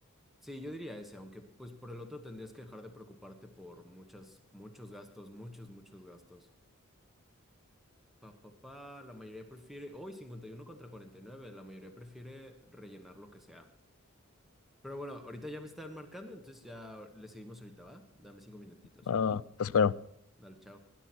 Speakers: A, in the centre; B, on the left (about 75°).
A: Sí, yo diría ese, aunque pues por el otro tendrías que dejar de preocuparte por muchas, muchos gastos, muchos, muchos gastos. Pa, pa, pa, la mayoría prefiere, hoy 51 contra 49 la mayoría prefiere rellenar lo que sea. Pero bueno, ahorita ya me están marcando, entonces ya le seguimos ahorita, ¿va? Dame cinco minutitos.
B: Ah, te espero.
A: Dale, chao.